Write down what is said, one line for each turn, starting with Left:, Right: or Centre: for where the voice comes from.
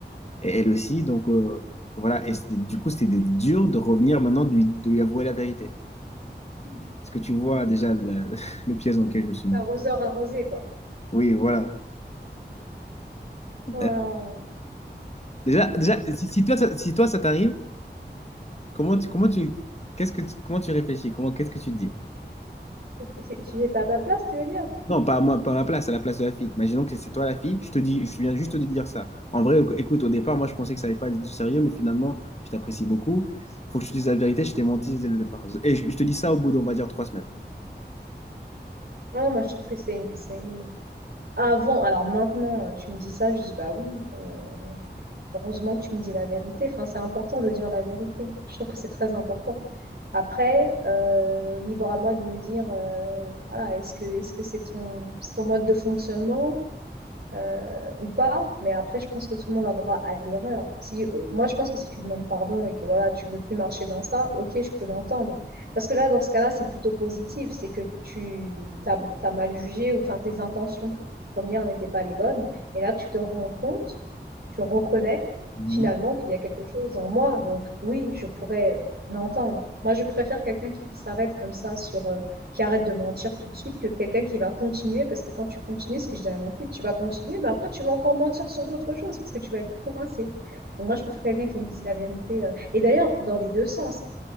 Left: Et elle aussi, donc euh, voilà. Et c'était- du coup, c'était dur de revenir maintenant, de lui, de lui avouer la vérité.
Right: Mm.
Left: ce que tu vois déjà la- <laughs> le piège dans lequel je me suis mis.
Right: L'arroseur arrosé, quoi.
Left: Oui, voilà.
Right: Waouh.
Left: Euh, Déjà, déjà si, si toi, ça- si toi, ça t'arrive, comment tu, comment tu, qu'est-ce que, tu- comment tu réfléchis? Comment, qu'est-ce que tu te dis?
Right: Si- si J'étais à ta place, tu veux dire?
Left: Non, pas à moi, pas à ma place, à la place de la fille. Imaginons que c'est toi la fille, je te dis, je viens juste de dire ça. En vrai, écoute, au départ, moi, je pensais que ça allait pas être du sérieux, mais finalement, je t'apprécie beaucoup. Faut que je te dise la vérité, je t'ai menti dès le départ. Et je, je te dis ça au bout d'on va dire trois semaines.
Right: Non, moi je trouve que c'est c'est- avant. Alors maintenant, euh, tu me dis ça, je dis bah oui. euh, heureusement que tu me dis la vérité. Enfin, c'est important de dire la vérité. Je trouve que c'est très important. Après, euh, libre à moi de me dire, euh, voilà, est-ce que est-ce que c'est ton, c'est ton mode de fonctionnement? euh, ou pas. Mais après, je pense que tout le monde a droit à l'erreur. Si, euh, moi, je pense que si tu demandes pardon et que voilà, tu veux plus marcher dans ça, ok, je peux l'entendre. Parce que là, dans ce cas-là, c'est plutôt positif. C'est que tu t'as, t'as mal jugé ou enfin tes intentions premières n'étaient pas les bonnes. Et là, tu te rends compte, tu reconnais
Left: Mhm.
Right: finalement qu'il y a quelque chose en moi. Donc oui, je pourrais l'entendre. Moi, je préfère quelqu'un qui s'arrête comme ça sur, euh, qui arrête de mentir tout de suite que quelqu'un qui va continuer, parce que quand tu continues, ce que je disais à mon fils, tu vas continuer, mais après tu vas encore mentir sur d'autres choses, parce que tu vas être coincé. Donc moi, je préfère quelqu'un qui me dise la vérité. euh. Et d'ailleurs, dans les deux sens,